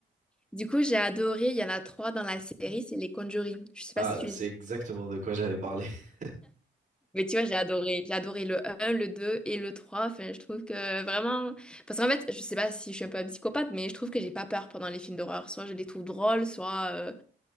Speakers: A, in the centre; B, on the right.
A: Du coup, j'ai adoré. Il y en a trois dans la série, c'est les Conjuring. Je sais
B: Ah,
A: pas si tu
B: c'est
A: les
B: exactement de quoi j'allais parler. <laughs>
A: Mais tu vois, j'ai adoré. J'ai adoré le un le 2 et le trois Enfin, je trouve que vraiment... Parce qu'en fait, je sais pas si je suis un peu un psychopathe, mais je trouve que j'ai pas peur pendant les films d'horreur. Soit je les trouve drôles, soit... euh,